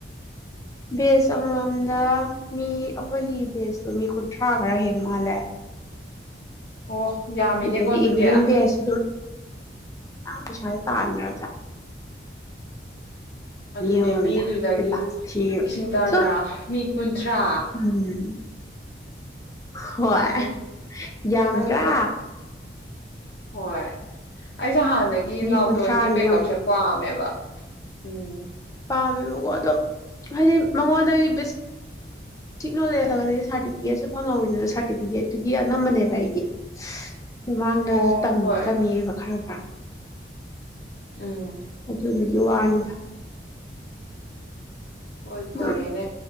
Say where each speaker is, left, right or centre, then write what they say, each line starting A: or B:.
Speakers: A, on the left; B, on the left.
A: ꯕꯦꯖ ꯑꯃꯃꯝꯗ ꯃꯤ ꯑꯩꯈꯣꯏꯒꯤ ꯕꯦꯁꯇꯨ ꯃꯤ ꯀꯨꯟꯊ꯭ꯔꯥ ꯈꯔ ꯍꯦꯟ ꯃꯥꯜꯂꯦ
B: ꯑꯣ ꯌꯥꯝꯃꯤꯅꯦꯀꯣ
A: ꯑꯗꯒꯤ
B: ꯑꯗꯨꯗꯤ
A: ꯏꯚꯤꯅꯤꯡ ꯚꯦꯖ ꯄꯤꯁꯥ ꯇꯥꯟꯒ꯭ꯕꯖꯥꯠꯅꯤ
B: ꯑꯗꯨꯅꯦ
A: ꯑꯃꯃꯝꯗ
B: ꯃꯤꯗꯨꯗꯒꯤ
A: ꯑꯦꯗꯚꯥꯟꯁ ꯊꯤꯔꯤꯕ
B: ꯂꯤꯁꯤꯡ ꯇꯔꯥ
A: ꯁꯨꯝ
B: ꯇꯔꯥ ꯃꯤ ꯀꯨꯟꯊ꯭ꯔꯥ
A: ꯎꯝ ꯍꯣꯏ
B: ꯎꯝ
A: ꯌꯥꯝꯗ꯭ꯔꯥ
B: ꯑꯩ ꯍꯣꯏ ꯑꯩꯁꯨ ꯍꯥꯟ ꯑꯗꯒꯤ
A: ꯃꯤ
B: ꯅꯥꯎꯇꯣꯟꯒꯤ
A: ꯀꯨꯟꯊ꯭ꯔꯥꯅꯤ
B: ꯃꯦꯀꯞꯁꯦ
A: ꯌꯦꯡꯉꯨ
B: ꯄꯥꯝꯃꯦꯕ ꯎꯝ
A: ꯄꯥꯝꯃꯦꯕꯀꯣ ꯑꯗꯣ ꯍꯥꯏꯗꯤ ꯃꯉꯣꯟꯗꯒꯤ ꯕꯦꯁꯤꯛꯅꯣ ꯂꯦꯜꯂꯒꯗꯤ ꯁꯥꯔꯇꯤꯐꯤꯀꯦꯠꯁꯨ ꯐꯪꯍꯧꯋꯤꯗꯅ ꯁꯥꯔꯇꯤꯐꯤꯀꯦꯠꯇꯨꯒꯤ ꯑꯅꯝꯕꯅꯦꯕ ꯑꯩꯗꯤ ꯃꯃꯥꯡꯗꯁꯨ
B: ꯑꯣ ꯍꯣꯏ
A: ꯇꯝꯃꯤꯕ ꯈꯔ ꯈꯔ
B: ꯎꯝ
A: ꯎꯝ ꯍ ꯌꯨ ꯋꯥꯟꯗ
B: ꯍꯣꯏ
A: ꯑꯗꯨꯝ
B: ꯐꯔꯦꯅꯦ